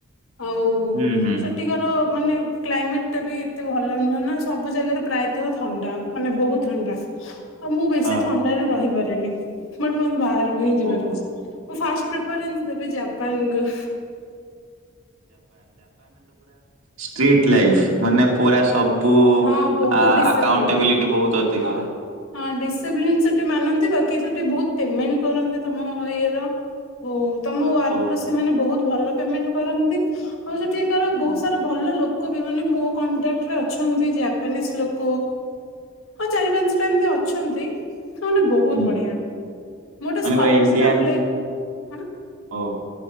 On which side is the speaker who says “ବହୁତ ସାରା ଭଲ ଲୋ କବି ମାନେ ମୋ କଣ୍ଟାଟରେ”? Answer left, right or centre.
Left